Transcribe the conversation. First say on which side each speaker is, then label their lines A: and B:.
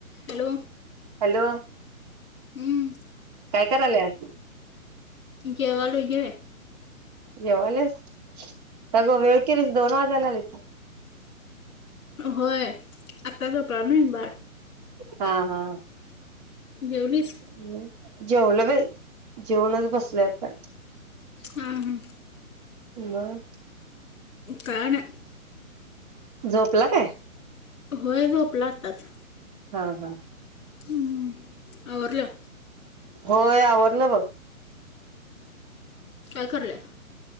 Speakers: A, on the left; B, on the right.
A: Hello
B: hello
A: हम्म
B: काय करायल्यास
A: जेवायलोय जेव ये
B: जेवालेस? आता <unintelligible> केलीस दोन वाजायला आलीत.
A: होय आता झोपला ना ए बाळ.
B: हा हा.
A: जेवलीस?
B: हम्म जेवलो बय. जेवूनच बसलोये आता.
A: हां हां
B: म.
A: काय नाय.
B: झोपला काय?
A: होय झोपला आत्ताच.
B: हा हा.
A: हम्म आवरल?
B: होय आवरल बघ.
A: काय करल्यास